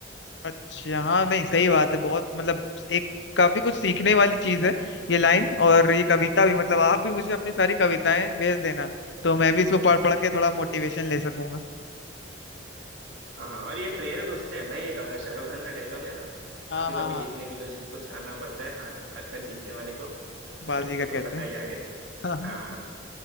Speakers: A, on the left; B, on the right.
A: अच्छा हाँ नहीं सही बात है बहुत मतलब एक काफी कुछ सीखने वाली चीज है ये लाइन और ये कविता भी मतलब आप भी मुझे अपनी सारी कविताएं भेज देना तो मैं भी इसको पढ़ पढ़ के थोड़ा मोटिवेशन ले सकूंगा
B: हाँ हाँ, और ये प्रेरित उससे है भाई अ, शाहरुख खान का डायलॉग है ना
A: हाँ
B: कभी
A: हाँ
B: कभी
A: हाँ
B: जीतने के लिए कुछ हारना पड़ता है हार हार कर जीतने वाले को <laughs> तुमको
A: बाजीगर कहते
B: पता
A: हैं
B: ही आगे
A: <laughs> हाँ हाँ
B: हाँ